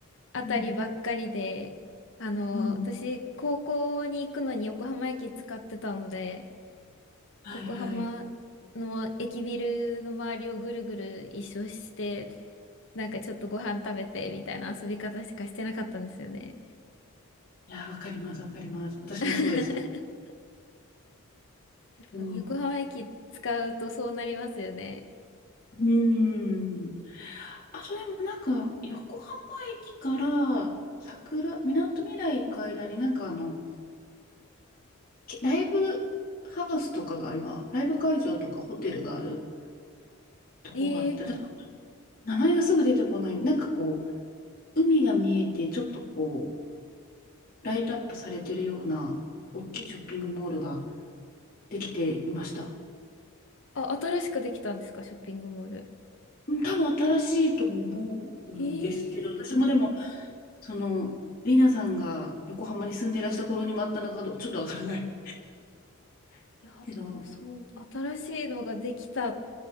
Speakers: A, on the left; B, on the left.
A: あたりばっかりで、
B: <laughs> うん。
A: あの、
B: うんうん。
A: 私、高校に行くのに横浜駅使ってたので、
B: はいはい。
A: 横浜の駅ビルの周りをぐるぐる一周して、なんかちょっとご飯食べてみたいな遊び方しかしてなかったんですよね。
B: いやー、わかります、わかります。私もそうでした。
A: <laughs> やっぱ横浜駅使うとそうなりますよね。
B: うん。うーん。あとでもなんか、横浜駅から桜、みなとみらい行く間になんかあの、けライブハウスとかが今、ライブ会場とかホテルがあるとこがあって、
A: ええ
B: だ名前がすぐ出てこない。なんかこう、海が見えて、ちょっとこう、ライトアップされてるような、大きいショッピングモールができていました。
A: あ、新しくできたんですか、ショッピングモール。
B: うん多分新しいと思うんですけど、
A: ええい
B: 私もでも、その、リナさんが横浜に住んでいらした頃にもあったのかどう、ちょっとわからない <laughs>
A: や、
B: けど、
A: 多分そう、新しいのができた。